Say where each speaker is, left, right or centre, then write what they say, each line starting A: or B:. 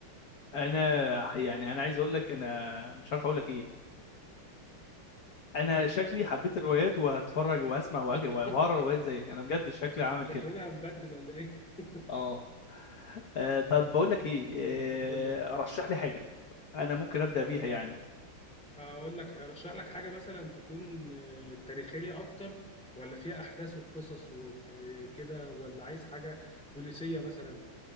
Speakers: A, on the left; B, in the centre.
A: انا يعني انا عايز اقول لك انا مش عارف اقول لك ايه انا شكلي حبيت الروايات وهتفرج وهسمع وه-
B: <laughs>
A: وهقرا روايات زيك انا بجد شكلي عامل كده
B: شكلنا هنبدل ولا ايه؟ <laughs>
A: اه آه، طب بقول لك ايه
B: قول لي
A: آه، رشح لي حاجه انا ممكن ابدا
B: طيب
A: بيها يعني
B: اقول لك ارشح لك حاجه مثلا تكون آه، تاريخيه اكتر ولا فيها احداث وقصص وكده ولا عايز حاجه بوليسيه مثلا